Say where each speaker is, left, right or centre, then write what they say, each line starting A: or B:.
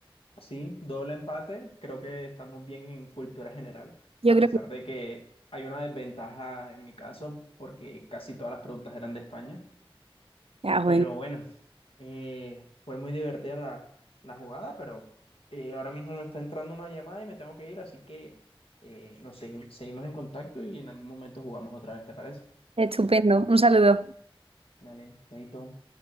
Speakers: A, on the left (about 75°); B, on the right (about 80°).
A: sí, doble empate. Creo que estamos bien en cultura general,
B: Yo
A: a
B: creo
A: pesar
B: que...
A: de que hay una desventaja en mi caso porque casi todas las preguntas eran de España.
B: Ya, bueno.
A: Pero bueno, eh, fue muy divertida la, la jugada, pero eh, ahora mismo me está entrando una llamada y me tengo que ir, así que eh, nos seguim- seguimos en contacto y en algún momento jugamos otra vez, ¿te parece?
B: Estupendo. Un saludo.
A: Dale, chaito.